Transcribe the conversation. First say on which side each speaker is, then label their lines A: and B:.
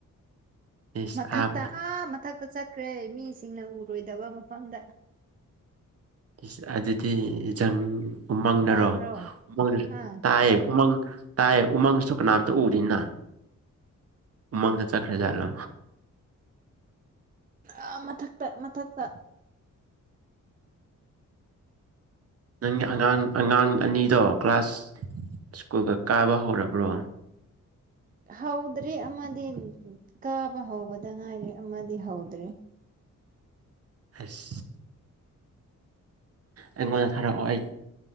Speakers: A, on the right; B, on the right.
A: ꯏꯁ
B: ꯃꯊꯛꯇ
A: ꯑꯥ
B: ꯑꯥ ꯃꯊꯛꯇ ꯆꯠꯈ꯭ꯔꯦ ꯃꯤꯁꯤꯡꯅ ꯎꯔꯣꯏꯗꯕ ꯃꯐꯝꯗ
A: ꯏꯁ ꯑꯗꯨꯗꯤ ꯖꯟ ꯎꯃꯪꯅꯔꯣ
B: ꯇꯥꯕ꯭ꯔꯣ
A: <unintelligible>
B: ꯑꯥ
A: ꯇꯥꯏꯌꯦ ꯎꯃꯪ ꯇꯥꯏꯌꯦ ꯎꯃꯪꯁꯨ ꯀꯅꯥꯝꯇ ꯎꯗꯦꯅ ꯎꯃꯪꯗ ꯆꯠꯈ꯭ꯔꯖꯥꯠꯂꯥ
B: ꯑꯥ ꯃꯊꯛꯇ ꯃꯊꯛꯇ
A: ꯅꯪꯒꯤ ꯑꯉꯥꯡ ꯑꯉꯥꯡ ꯑꯅꯤꯗꯣ ꯀ꯭ꯂꯥꯁ ꯁ꯭ꯀꯨꯜꯒ ꯀꯥꯕ ꯍꯧꯔꯕ꯭ꯔꯣ
B: ꯍꯧꯗ꯭ꯔꯤ ꯑꯃꯗꯤ ꯀꯥꯕ ꯍꯧꯕꯗ ꯉꯥꯏꯔꯤ ꯑꯃꯗꯤ ꯍꯧꯗ꯭ꯔꯤ
A: ꯍꯩꯁ ꯑꯩꯉꯣꯟꯗ ꯊꯥꯔꯛꯑꯣ ꯑꯩ